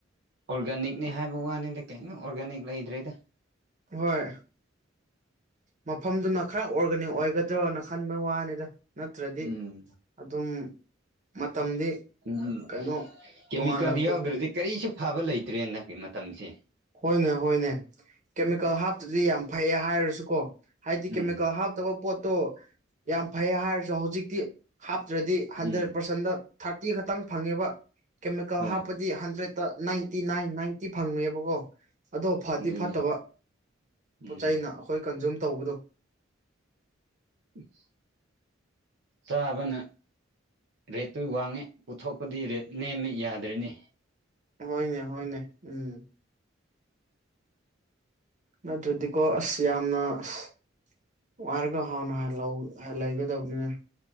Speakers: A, on the right; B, on the right.
A: ꯑꯣꯔꯒꯥꯅꯤꯛꯅꯤ ꯍꯥꯏꯕ ꯋꯥꯅꯤꯗ ꯀꯩꯅꯣ ꯑꯣꯔꯒꯥꯅꯤꯛ ꯂꯩꯗ꯭ꯔꯦꯗ
B: ꯍꯣꯏ ꯃꯐꯝꯗꯨꯅ ꯈꯔ ꯑꯣꯔꯒꯥꯅꯤꯛ ꯑꯣꯏꯒꯗ꯭ꯔꯣꯅ ꯈꯟꯕꯩ ꯋꯥꯅꯤꯗ ꯅꯠꯇ꯭ꯔꯗꯤ
A: ꯎꯝ
B: ꯑꯗꯨꯝ ꯃꯇꯝꯗꯤ
A: ꯎꯝ
B: ꯀꯩꯅꯣ
A: ꯀꯦꯃꯤꯀꯦꯜ
B: ꯇꯣꯉꯥꯜꯂꯛꯄꯒꯤ
A: ꯌꯥꯎꯗ꯭ꯔꯗꯤ ꯀꯔꯤꯁꯨ ꯐꯕ ꯂꯩꯇ꯭ꯔꯦ ꯍꯟꯗꯛꯀꯤ ꯃꯇꯝꯁꯦ
B: ꯍꯣꯏꯅꯦ ꯍꯣꯏꯅꯦ ꯀꯦꯃꯤꯀꯦꯜ ꯍꯥꯞꯇꯗꯤ ꯌꯥꯝ ꯐꯩꯌꯦ ꯍꯥꯏꯔꯁꯨꯀꯣ ꯍꯥꯏꯗꯤ ꯀꯦꯃꯤꯀꯦꯜ
A: ꯎꯝ
B: ꯍꯥꯞꯇꯕ ꯄꯣꯠꯇꯣ ꯌꯥꯝ ꯐꯩ ꯍꯥꯏꯔꯁꯨ ꯍꯧꯖꯤꯛꯇꯤ ꯍꯥꯞꯇ꯭ꯔꯗꯤ ꯍꯟꯗ꯭ꯔꯦꯠ
A: ꯎꯝ
B: ꯄꯥꯔꯁꯦꯟꯗ ꯊꯥꯔꯇꯤ ꯈꯛꯇꯪ ꯐꯪꯉꯦꯕ ꯀꯦꯃꯤꯀꯦꯜ
A: ꯍꯣꯏ
B: ꯍꯥꯞꯄ ꯗꯤ ꯍꯟꯗ꯭ꯔꯦꯗꯠꯇ ꯅꯥꯏꯟꯇꯤ ꯅꯥꯏꯟ ꯅꯥꯏꯟꯇꯤ ꯐꯪꯉꯕꯀꯣ ꯑꯗꯣ ꯐꯗꯤ
A: ꯑꯗꯨꯅꯤ
B: ꯐꯠꯇꯕ ꯄꯣꯠ
A: ꯎꯝ
B: ꯆꯩꯩꯅ ꯑꯈꯣꯏ ꯀꯟꯖꯨꯝ ꯇꯧꯕꯗꯣ
A: <inaudible> ꯆꯥꯕꯅ ꯔꯦꯠꯇꯨ ꯋꯥꯡꯉꯦ ꯄꯨꯊꯣꯛꯄꯗꯤ ꯔꯦꯠ ꯅꯦꯝꯃꯦ ꯌꯥꯗ꯭ꯔ‌ꯦꯅ‌ꯦ
B: ꯍꯣꯏꯅꯦ ꯍꫭꯏꯅ‌ꯦ ꯎꯝ ꯅꯠꯇ꯭ꯔꯗꯤꯀꯣ ꯑꯁ ꯌꯥꯝꯅ ꯑꯁ ꯋꯥꯔꯒ ꯍꯥꯎꯅꯥꯟꯅ ꯂꯧ ꯂꯩꯒꯗꯕꯅꯤ